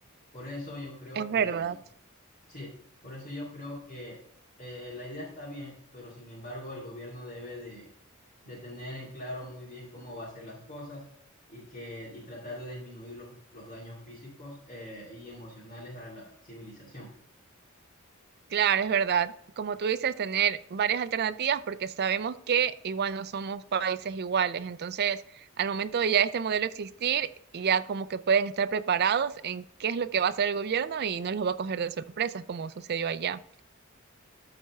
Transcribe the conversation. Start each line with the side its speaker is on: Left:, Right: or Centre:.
Left: Por eso yo creo
Right: Es
Left: que,
Right: verdad.
Left: sí, por eso yo creo que eh, la idea está bien, pero sin embargo el gobierno debe de, de tener en claro muy bien cómo va a hacer las cosas y, que, y tratar de disminuir los, los daños físicos eh, y emocionales a la civilización.
Right: Claro, es verdad. Como tú dices, tener varias alternativas porque sabemos que igual no somos países iguales. Entonces, al momento de ya este modelo existir, ya como que pueden estar preparados en qué es lo que va a hacer el gobierno y no los va a coger de sorpresas como sucedió allá.